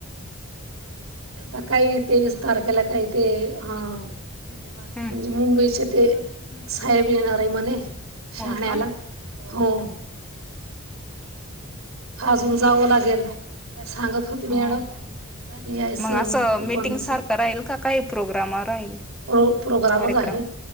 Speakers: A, on the right; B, in the centre.
A: आता काही तेवीस तारखेला काही ते ह. म्हणजे
B: हम्म
A: मुंबईचे ते, साहेब येणार आहे म्हणे.
B: हो
A: शाहण्याला,
B: का
A: हो. अजून जावं लागेल, सांगत होते ते मॅडम.
B: हो
A: यायच
B: मग
A: तू
B: असं मीटिंग
A: पण अस.
B: सारखं राहील का काही प्रोग्राम राहील
A: प्रो प्रोग्रामच
B: कार्यक्रम
A: आहे.